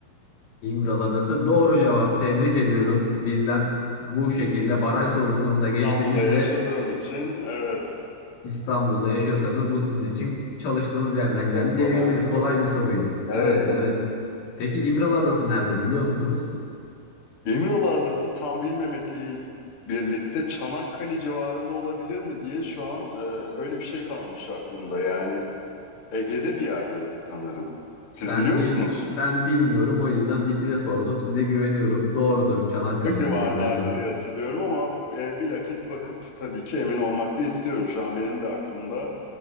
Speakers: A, on the left; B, on the left.
A: İmralı Adası doğru cevap. Tebrik ediyorum. Bizden bu şekilde baraj sorusunu da
B: İstanbul'da
A: geçtiniz
B: yaşadığım
A: ve
B: için evet
A: İstanbul'da yaşıyorsanız bu sizin için çalıştığınız yerden geldi
B: çok
A: diyebiliriz.
B: kolay bir soru
A: Kolay
B: oldu.
A: bir soruydu. Evet,
B: Evet.
A: evet. Peki İmralı Adası nerede biliyor musunuz?
B: İmralı Adası tam bilmemekle birlikte Çanakkale civarında olabilir mi diye şu an e, öyle bir şey kalmış aklımda. Yani Ege'de bir yerdeydi sanırım. Siz
A: Ben
B: biliyor
A: bil
B: musunuz?
A: ben bilmiyorum o yüzden bir size sordum. Size güveniyorum. Doğrudur. Çanakkale'dedir
B: Bu civarlarda
A: bence de.
B: diye hatırlıyorum ama e, bilakis bakıp tabii ki emin olmak da istiyorum. Şu an benim de aklımda